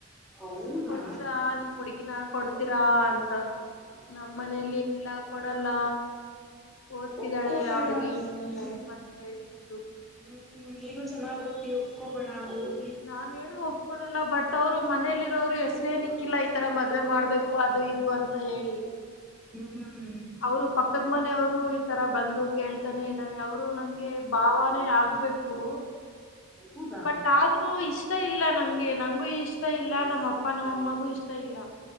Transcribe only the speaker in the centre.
ಹೌದಾ
ಒಬ್ಬರು ಬಿಡಲ್ಲ
ಹ್ಮ್ಮ್
ಹ್ಮ್ ನೀನು ಚೆನ್ನಾಗ ಓದತಿಯ ಒಪ್ಕೋಬೇಡ ಒದ
ಹ್ಮ ಹ್ಮ ಹ್ಮ್
ಹೌದ